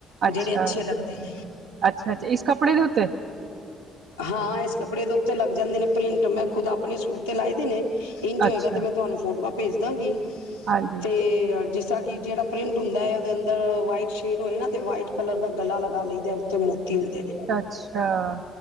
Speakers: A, on the right; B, on the left.
A: ਅੱਛਾ-ਅੱਛਾ-ਅੱਛਾ
B: ਜਿਹੜੇ ਅੱਛੇ ਲੱਗਦੇ ਨੇ
A: ਇਸ ਕੱਪੜੇ ਦੇ ਉੱਤੇ,
B: ਹਾਂ, ਇਸ ਕੱਪੜੇ ਦੇ ਉੱਤੇ ਲੱਗ ਜਾਂਦੇ ਨੇ ਪ੍ਰਿੰਟ ਮੈਂ ਖੁਦ ਆਪਣੇ ਸੂਟ ਤੇ ਲਾਈ ਦੇ ਨੇ ਇੰਝ
A: ਅੱਛਾ
B: ਹੋਏਗਾ, ਤੇ ਮੈਂ ਤੁਹਾਨੂੰ ਸੁਟ ਦਾ, ਭੇਜਦਾ ਗੀ।
A: ਹਾਂਜੀ
B: ਤੇ ਜਿਸ, ਕਿ ਜਿਹੜਾ ਪ੍ਰਿੰਟ ਹੁੰਦਾ ਉਹਦੇ ਅੰਦਰ ਵਾਈਟ ਸ਼ੇਡ ਹੋਏ ਨਾ ਤੇ ਵਾਈਟ ਕਲਰ ਦਾ ਗਲਾ ਲਗਾ ਲਈਦਾ ਉਤੇ ਮੋਤੀ ਹੁੰਦੇ ਨੇ,
A: ਅੱਛਾ,